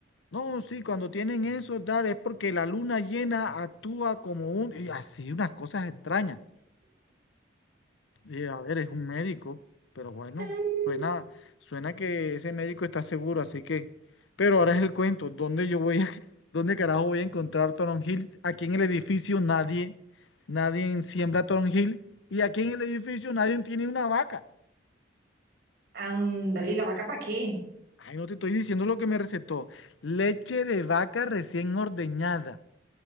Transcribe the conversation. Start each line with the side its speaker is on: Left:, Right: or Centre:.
Left: No, sí, cuando tienen eso, Dar, es porque la luna llena actúa como un... Y así, unas cosas extrañas. Y, a ver, es un médico, pero bueno,
Right: Mm,
Left: suena, suena que ese médico está seguro, así que... Pero ahora es el cuento, ¿dónde yo voy a... <laughs> ¿Dónde carajo voy a encontrar Toron Hill? Aquí en el edificio nadie, nadie siembra Toron Hill y aquí en el edificio nadie tiene una vaca.
Right: Ándale, ¿y la vaca para qué?
Left: Ay, no te estoy diciendo lo que me recetó. Leche de vaca recién ordeñada.